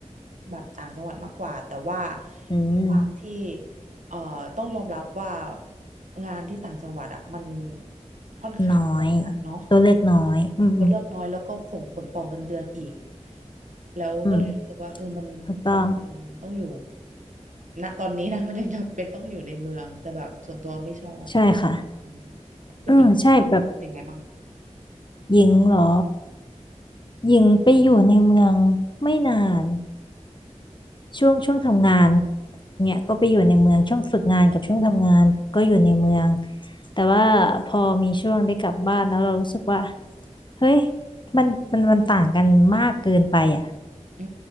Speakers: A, on the right; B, on the left.
A: แบบต่างจังหวัดมากกว่าแต่ว่า
B: อืม
A: ด้วยความที่เอ่อต้องยอมรับว่างานที่ต่างจังหวัดอ่ะมันค่อนข้างจำกัดเนาะ
B: น้อยตัวเลือกน้อยอืมอืม
A: คนเลือกน้อยแล้วก็ส่งผลต่อเงินเดือนอีกแล้วก็เลยรู้สึกว่าเออมันจำเป็นต้องอยู่
B: อืมถูกต้อง
A: ณตอนนี้นะมันยังจำเป็นต้องอยู่ในเมืองแต่แบบส่วนตัวไม่ชอบ
B: ใช่ค่ะ
A: อืม คุณหญิง
B: อืมใช่แบบ
A: เป็นไงบ้าง
B: หญิงเหรอหญิงไปอยู่ในเมืองไม่นาน ช่วงช่วงทำงานเนี่ยก็ไปอยู่ในเมืองช่วงฝึกงานกับช่วงทำงานก็อยู่ในเมืองแต่ว่าพอมีช่วงได้กลับบ้านแล้วเรารู้สึกว่าเฮ้ยมันมันมันต่างกันมากเกินไปอ่ะ
A: อื